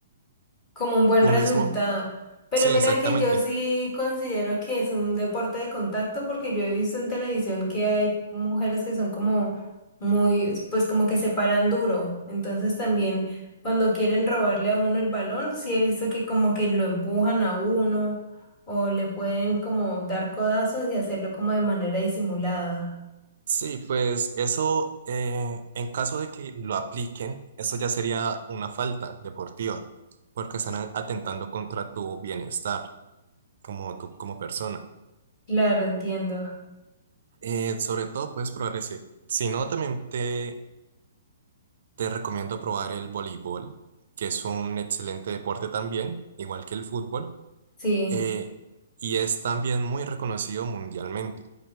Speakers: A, on the left; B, on the right.
A: como un buen
B: un
A: resultado.
B: mismo.
A: Pero
B: Sí,
A: mira
B: exactamente.
A: que yo sí considero que es un deporte de contacto porque yo he visto en televisión que hay mujeres que son como muy, pues como que se paran duro. Entonces también cuando quieren robarle a uno el balón, sí he visto que como que lo empujan a uno o le pueden como dar codazos y hacerlo como de manera disimulada.
B: Sí, pues eso, eh, en caso de que lo apliquen, eso ya sería una falta deportiva, porque están a- atentando contra tu bienestar como tú, como persona.
A: Claro, entiendo.
B: Eh, sobre todo puedes probar ese. Si no, también te, te recomiendo probar el voleibol, que es un excelente deporte también, igual que el fútbol,
A: Sí.
B: eh, y es también muy reconocido mundialmente.